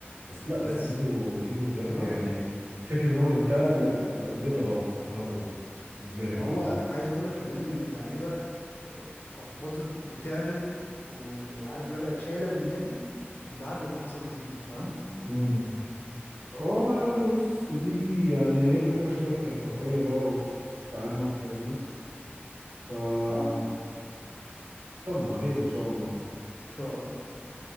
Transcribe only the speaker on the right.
بس لا بس
زيزو زيزو بجد
يعني فكره ان هو انتقل لا, لا بجد غلط غلط قوي بالنسبه لي غلط
امم اه يعني بص دي يعني هي محتاجه شويه احترافيه بقى وفي التعامل فاهمني ف
يلا خير ان شاء الله